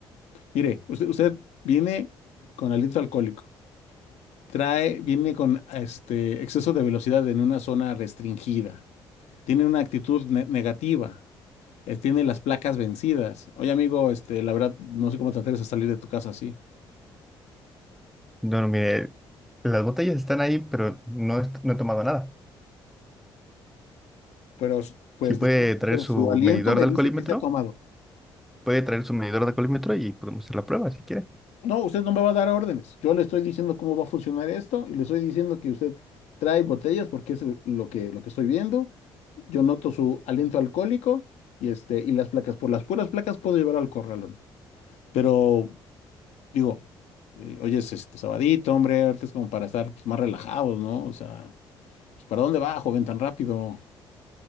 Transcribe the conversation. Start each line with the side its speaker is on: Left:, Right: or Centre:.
Left: Mire, usted, usted viene con aliento alcohólico. Trae, viene con este exceso de velocidad en una zona restringida. Tiene una actitud ne- negativa. eh, tiene las placas vencidas. Oye, amigo, este, la verdad, no sé cómo te atreves a salir de tu casa así.
Centre: No no, mire, las botellas están ahí, pero no, est- no he tomado nada.
Left: Pero, pues,
Centre: Si puede
Left: disculpe,
Centre: traer
Left: pero
Centre: su
Left: su aliento
Centre: medidor
Left: me
Centre: de
Left: dice
Centre: alcoholímetro,
Left: que se ha tomado.
Centre: puede traer su medidor de alcoholímetro y podemos hacer la prueba si quiere.
Left: No, usted no me va a dar órdenes. Yo le estoy diciendo cómo va a funcionar esto y le estoy diciendo que usted trae botellas porque es el- lo que, lo que estoy viendo. Yo noto su aliento alcohólico y, este, y las placas. Por las puras placas puedo llevar al corralón. Pero digo, eh, oye, es este sabadito, hombre, ahorita es como para estar pues, más relajados, ¿no? O sea, pues, ¿para dónde va, joven, tan rápido?